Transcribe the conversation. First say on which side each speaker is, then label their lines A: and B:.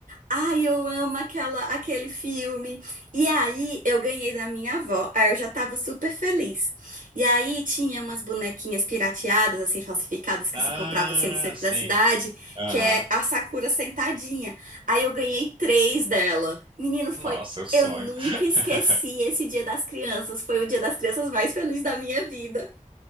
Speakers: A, on the right (about 85°); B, on the right (about 40°).
A: Ai, eu amo aquela, aquele filme. E aí, eu ganhei da minha avó. Aí eu já tava super feliz. E aí, tinha umas bonequinhas pirateadas, assim, falsificadas, que
B: Ah,
A: se comprava, assim, no centro
B: sim.
A: da cidade,
B: Aham.
A: que é a Sakura sentadinha. Aí eu ganhei três dela. Menino, foi...
B: Nossa, é o sonho.
A: Eu nunca esqueci
B: <laughs>
A: esse Dia das Crianças. Foi o Dia das Crianças mais feliz da minha vida.